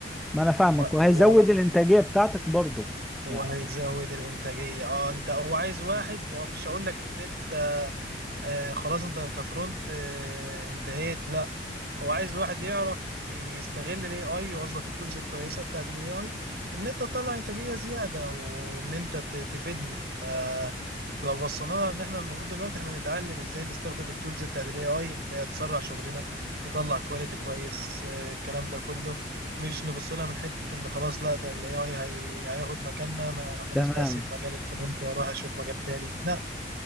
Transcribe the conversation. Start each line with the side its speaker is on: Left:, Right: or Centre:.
Centre: ما أنا فاهمك
Right: و...
Centre: وهيزود
Right: و...
Centre: الإنتاجية بتاعتك برضه
Right: وهيزود
Centre: يعني
Right: الإنتاجية اه انت هو عايز واحد هو مش هقول لك ان انت آه خلاص انت كفرونت آه انتهيت لا هو عايز واحد يعرف يستغل الاي اي يوظف التولز الكويسه بتاعت الاي اي ان انت تطلع انتاجيه زياده وان انت ت- تفيدني فلو بصينا لها ان احنا المفروض دلوقتي احنا نتعلم ازاي نستخدم التولز بتاعت الاي اي ان هي تسرع شغلنا تطلع كواليتي كويس آه، الكلام ده كله مش نبص لها من حته ان خلاص لا ده الاي اي هياخد مكاننا انا خلاص
Centre: تمام
Right: بقى اسيب مجال الفرونت واروح اشوف مجال تاني لا